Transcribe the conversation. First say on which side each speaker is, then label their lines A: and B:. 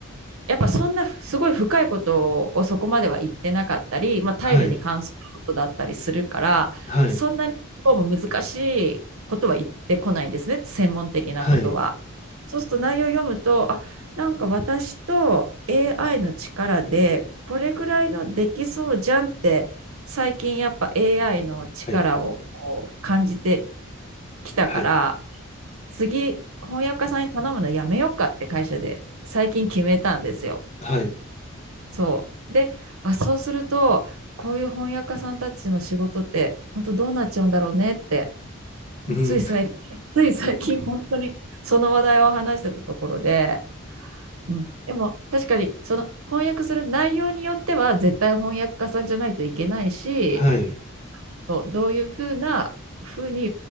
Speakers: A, on the right; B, on the left.
A: やっぱそんなすごい深いことをそこまでは言ってなかったり、まあ、タイルに関することだったりするからそんなにこうも難しいことは言ってこないんですね専門的なことは。
B: はい、はい、はい、
A: そうすると内容を読むとあなんか私と AI の力でこれぐらいのできそうじゃんって最近やっぱ AI の力をこう感じて
B: はい、
A: きたから
B: はい、
A: 次翻訳家さんに頼むのやめようかって会社で最近決めたんですよ。
B: はい、
A: そう。で、あ、そうすると、こういう翻訳家さんたちの仕事って、本当どうなっちゃうんだろうねって、もうつい最近、
B: うん、
A: <laughs> つい最近、本当にその話題を話してたところで、うん、でも確かに、その翻訳する内容によっては、絶対翻訳家さんじゃないといけないし、
B: はい、
A: そう、どういうふうな、ふうに